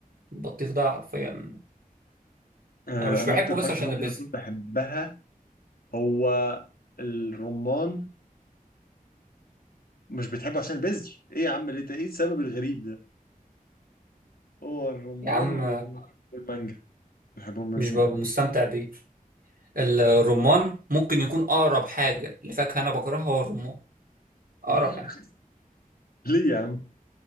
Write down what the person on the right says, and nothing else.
البطيخ ده حرفيا
انا مش
بحبه
بس
عشان
البذر
يا عم
مش ببقى
مستمتع بيه الرمان ممكن يكون اقرب حاجه لفاكهه انا بكرهها هو الرمان اقرب
حاجه